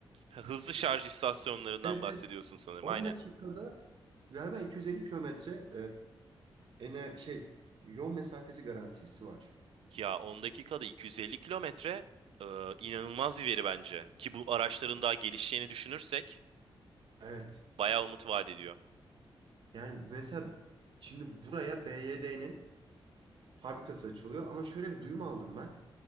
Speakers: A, on the right (about 85°); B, on the right (about 60°).
A: Ha, Hızlı şarj istasyonlarından
B: Evet
A: bahsediyorsun
B: evet
A: sanırım.
B: 10
A: Aynen.
B: dakikada galiba 250 kilometre e, ene şey yol mesafesi garantisi var.
A: Ya 10 dakikada 250 kilometre e, inanılmaz bir veri bence. Ki bu araçların daha gelişeceğini düşünürsek
B: Evet.
A: bayağı umut vaat ediyor.
B: Yani mesela şimdi buraya BYD'nin fabrikası açılıyor ama şöyle bir duyum aldım ben.